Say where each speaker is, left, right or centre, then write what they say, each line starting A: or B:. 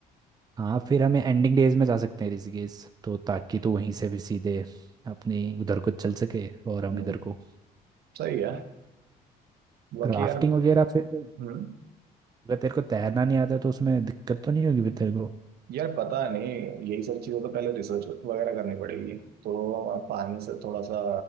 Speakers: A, on the right (about 25°); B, on the right (about 70°).
A: हाँ फिर हमें एंडिंग डेज में जा सकते हैं ऋषिकेश तो ताकि तो वहीं से फिर सीधे अपनी उधर को चल सके और हम
B: हम्म
A: इधर को
B: सही है बाकी
A: राफ्टिंग
B: यार
A: वगैरह फिर तो,
B: हम्म
A: अगर तेरे को तैरना नहीं आता तो उसमें दिक्कत तो नहीं होगी फिर तेरे को
B: यार पता नहीं यही सारी चीजों पे पहले रिसर्च वगैरह करनी पड़ेगी तो आप पानी से थोड़ा सा